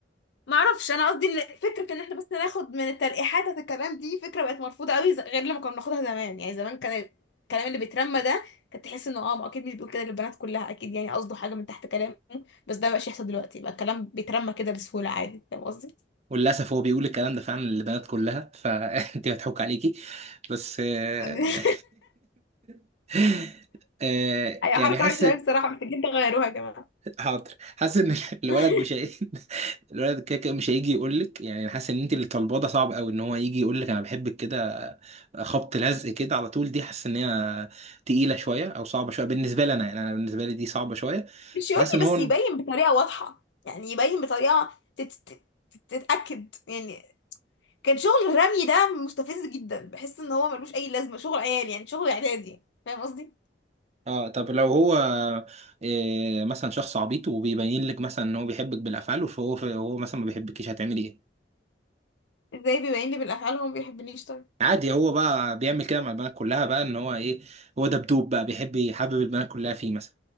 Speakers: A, on the left; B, on the right.
A: ما اعرفش انا قصدي إن فكره ان احنا بس ناخد من التلقيحات بتاعت الكلام دي فكره بقت مرفوضه قوي ز- غير لما كنا بناخدها زمان يعني زمان كان الكلام اللي بيترمى ده كنت تحس انه اه ما اكيد مش بيقول كده للبنات كلها اكيد يعني قصده حاجه من تحت كلامه بس ده مبقاش يحصل دلوقتي بقى الكلام بيترمى كده بسهوله عادي فاهم قصدي
B: وللاسف هو بيقول الكلام ده فعلا للبنات كلها فانت <laughs> هتحك عليكي بس آه،
A: يعني <laughs>
B: <laughs> آه،
A: اي حركه
B: يعني حاسس
A: وحشه أوي بصراحه محتاجين تغيروها يا جماعه
B: حاضر حاسس ان الولد
A: <laughs>
B: مش هي... <laughs> الولد كده كده مش هيجي يقول لك يعني أنا حاسس ان انت اللي طالباه ده صعب قوي ان هو يجي يقول لك انا بحبك كده خبط لزق كده على طول دي حاسس ان هي تقيله شويه او صعبه شويه بالنسبه لي انا يعني انا بالنسبه لي دي صعبه شويه
A: مش
B: فحاسس
A: يقول لي
B: ان هو
A: بس يبين بطريقه واضحه يعني يبين بطريقه تت... تت... تتاكد يعني كان شغل الرمي ده مستفز جدا بحس ان هو ملوش اي لازمه شغل عيال يعني شغل اعدادي فاهم قصدي
B: اه طب لو هو إيه مثلا شخص عبيط وبيبين لك مثلا ان هو بيحبك بالافعال فهو هو مثلا ما بيحبكيش هتعملي ايه
A: ازاي بيبين لي بالافعال هو ما بيحبنيش طيب
B: عادي هو بقى بيعمل كده مع البنات كلها بقى ان هو ايه هو دبدوب بقى بيحب يحبب البنات كلها فيه مثلا